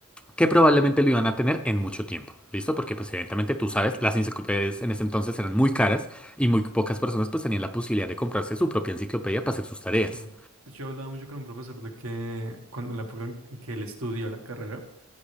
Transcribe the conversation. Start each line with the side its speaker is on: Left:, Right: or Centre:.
Centre: que probablemente lo iban a tener en mucho tiempo. ¿Listo? Porque pues evidentemente tú sabes, las enciclopedias en ese entonces eran muy caras y muy pocas personas pues tenían la posibilidad de comprarse su propia enciclopedia para hacer sus tareas.
Right: Sí. De hecho, yo hablaba mucho con un profesor de que cuando en la época en que él estudió la carrera,